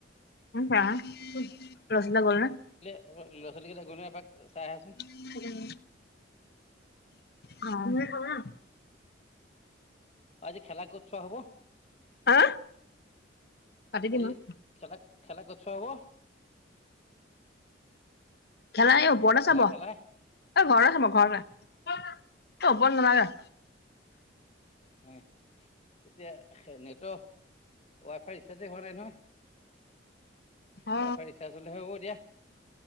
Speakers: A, on the left; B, on the left.
A: <unintelligible> ৰচিদা গ'ল নে?
B: এবাৰ লৰা-ছোৱালী কেইটা গ'ল নাই এপাক চাই আহাচোন?
A: <unintelligible> <unintelligible>
B: অ আজি খেলা ক'ত চোৱা হব?
A: হা কাটি দিম
B: আজি
A: আৰু
B: খেলা, খেলা ক'ত চোৱা হ'ব?
A: খেলা এ ওপৰতে
B: খেলা
A: চাব
B: খেলা
A: এই ঘৰতে চাব ঘৰতে ওপৰত নেলাগে।
B: হয়, তেতিয়া নিত- ৱাই ফাই ৰিচাৰ্জে হোৱা নাই নহয়।
A: অ
B: ৱাই ফাই ৰিচাৰ্জ চলেহে হ'ব দিয়া।